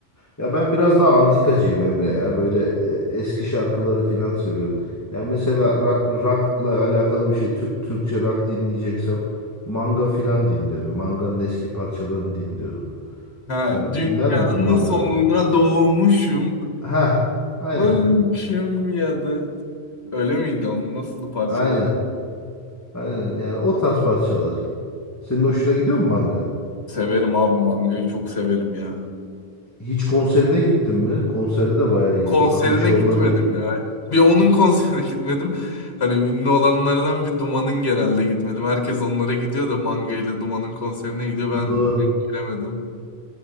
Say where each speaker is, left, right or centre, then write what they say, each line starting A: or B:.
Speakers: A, on the left; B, on the left.
A: Ya ben biraz daha antikacıyım Emre ya. Böyle e, eski şarkıları filan seviyorum. Ya mesela ra- rock'la alakalı bir şey Tür- Türkçe rock dinleyeceksem manga filan dinliyorum. Manga'nın eski parçalarını dinliyorum.
B: Ha,
A: Sen
B: dünyanın
A: dinler miydin manga?
B: sonuna doğmuşum,
A: Ha, aynen.
B: ölmüşüm ya da öyle miydi? Onun nasıldı parçaları?
A: Aynen. Aynen. Yani o tarz parçalar. Senin hoşuna gidiyor mu manga?
B: Severim abi mangayı çok severim ya.
A: Hiç konserine gittin mi? Konserde de bayağı iyi.
B: konserine
A: Sahne şovları
B: gitmedim
A: iyi.
B: ya. Bir onun konserine <laughs> gitmedim. Hani ünlü olanlardan bir Duman'ın genelde gitmedim. Herkes onlara gidiyor da Manga ile Duman'ın konserine gidiyor. Ben
A: Doğru.
B: denk gelemedim.